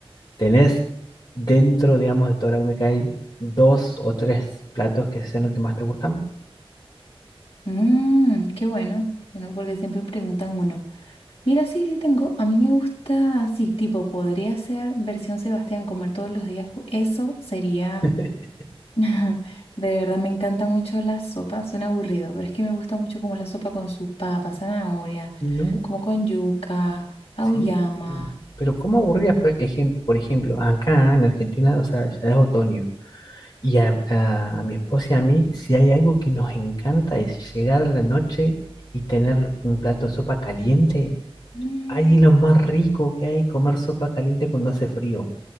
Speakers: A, on the left (about 50°); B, on the left (about 80°).
A: ¿Tenés dentro, digamos, de toda la comida que hay dos o tres platos que sean los que más te gustan?
B: Mm, qué bueno, bueno, porque siempre preguntan uno. Mira, sí, sí tengo, a mí me gusta así, tipo, podría ser versión Sebastián, comer todos los días. po- Eso sería,
A: <laughs>
B: <laughs> de verdad me encanta mucho la sopa, suena aburrido, pero es que me gusta mucho como la sopa con sus papas, zanahoria,
A: No,
B: como con yuca, auyama.
A: Sí, pero ¿cómo aburridas? Por ejem- por ejemplo, acá en Argentina, o sea, ya es otoño. Y a, a- a mi esposa y a mí, si hay algo que nos encanta es llegar a la noche y tener un plato de sopa caliente.
B: Mm.
A: Ay, es lo más rico que hay, comer sopa caliente cuando hace frío.